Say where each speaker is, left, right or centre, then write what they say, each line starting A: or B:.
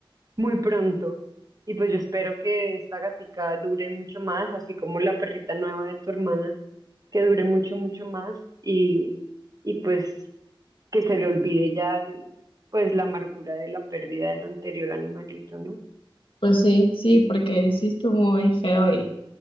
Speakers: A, on the right; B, on the left.
A: muy pronto. Y pues yo espero que esta gatica dure mucho más, así como la perrita nueva de tu hermana, que dure mucho, mucho más y, y pues que se le olvide ya el- pues la amargura de la pérdida del anterior animalito, ¿no?
B: Pues sí, sí, porque sí estuvo muy feo y